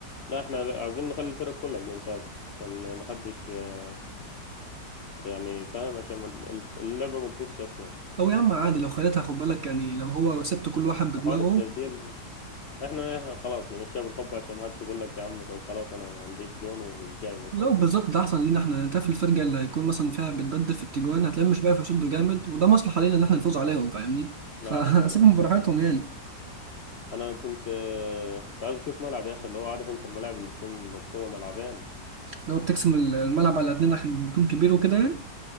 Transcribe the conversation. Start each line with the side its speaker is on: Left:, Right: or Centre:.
Left: لا احنا عايزين نخلي الفرق كلها يجون سابق عشان ما حدش آه، يعني فاهم عشان ما ال- اللعبة ما تبصش اصلا
Right: او يا عم عادي لو خليتها خد بالك يعني لو هو سبت كل واحد بدماغه
Left: وحوار التبديل احنا خلاص نمشيها بالحب عشان ما حدش يقول لك يا عم طب خلاص انا ما عنديش جون ومش جاي مثلا
Right: لو بالظبط ده احسن لينا احنا انت في الفرقه اللي هيكون مثلا فيها بتبدل في التجوان هتلاقيهم مش بقى يصدوا جامد وده مصلحه لينا ان احنا نفوز عليهم فاهمني فسيبهم
Left: لا حصل
Right: <laughs> براحتهم يعني
Left: انا كنت آه، كنت عايز اشوف ملعب يا اخي اللي هو عارف انت الملاعب اللي تكون مقسومة ملعبين
Right: لو بتقسم ال- الملعب على اتنين عشان يكون كبير وكده يعني